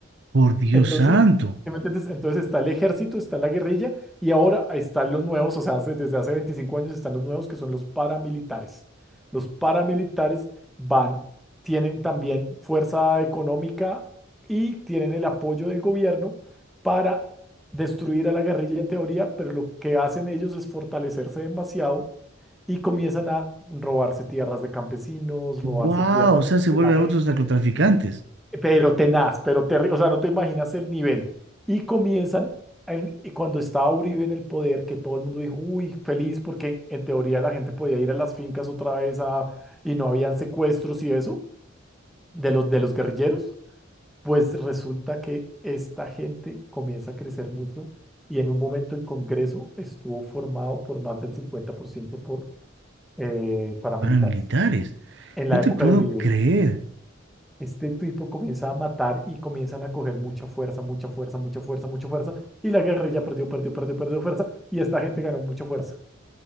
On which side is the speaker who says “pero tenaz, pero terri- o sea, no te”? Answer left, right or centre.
Centre